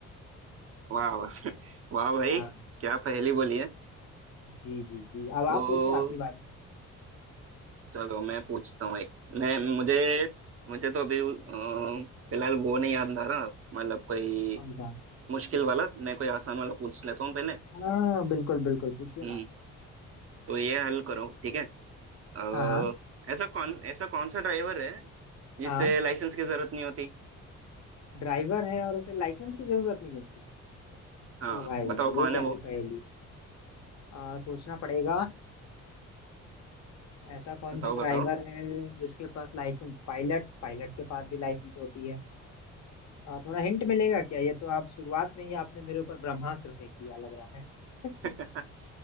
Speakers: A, on the right; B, on the left.
A: वाह वाह <laughs> वाह भाई
B: हाँ
A: क्या पहेली बोली है
B: जी जी जी अब
A: तो
B: आप पूछिए आपके बारे में
A: चलो मैं पूछता हूँ एक मैं मुझे मुझे तो अभी अ, फिलहाल वो नहीं याद आ रहा मतलब कोई
B: कौन सा
A: मुश्किल वाला मैं कोई आसान वाला पूछ लेता हूँ पहले
B: हाँ बिल्कुल बिल्कुल पूछिए
A: हम्म
B: ना
A: तो ये हल करो ठीक है अ,
B: हाँ हाँ
A: ऐसा कौन ऐसा कौन सा ड्राइवर है जिससे
B: हाँ
A: लाइसेंस की जरूरत नहीं होती
B: ड्राइवर है और उसे लाइसेंस की जरूरत नहीं होती
A: हाँ
B: ओ भाई
A: बताओ कौन
B: ये
A: है
B: कैसी
A: वो
B: पहेली है? आ, सोचना पड़ेगा ऐसा कौन
A: बताओ
B: सा ड्राइवर
A: बताओ
B: है जिसके पास लाइसेंस पायलट पायलट के पास भी लाइसेंस होती है आ, थोड़ा हिंट मिलेगा क्या ये तो आप शुरुआत में ही आपने मेरे ऊपर ब्रह्मास्त्र फेंक दिया लग रहा है <laughs>
A: <laughs>